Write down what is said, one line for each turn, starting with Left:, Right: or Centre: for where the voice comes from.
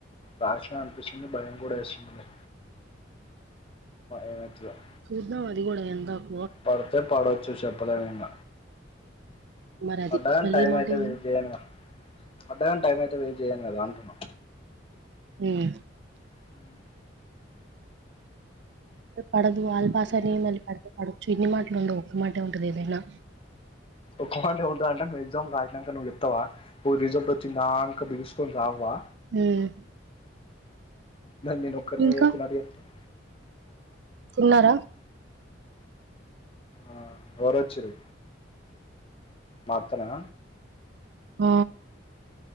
Left: రాషినా అనిపిస్తుంది భయం కూడా ఏస్తుంది ఏమజ <unintelligible> <inaudible>
Right: చూద్దాం అది కూడా ఎందాకో
Left: పడితే పడ చ్చూ చెప్పలేమింగ
Right: మరి అది
Left: పడ్డా గాని
Right: మళ్ళీ
Left: టైమైతే
Right: మాట ఏంది
Left: వెయిట్ చేయనిగ పడ్డా గాని టైమైతే వెయిట్ చేయ్యన్ కదా అంటున్నా
Right: ఉమ్
Left: ఉమ్
Right: పడదు వాళ్ళ భాషనే మళ్ళీ పడితే పడొచ్చు ఇన్ని మాటలు ఉండవు ఒక్క మాటే ఉంటదేదైనా
Left: ఒక్క మాటే ఉంటుదంటే నువ్వు ఎగ్జామ్ రాసినక నువ్వుచెప్తావా నువ్ రిజల్ట్ వచ్చిందాక బిగుసుకొని రావవా
Right: ఉమ్
Left: నేనొక్కన్నే
Right: ఇంకా
Left: చేస్తున్నట్టు చెప్తావ్
Right: తిన్నారా
Left: ఆ ఎవరొచ్చిర్రు మాత్తనా
Right: ఆ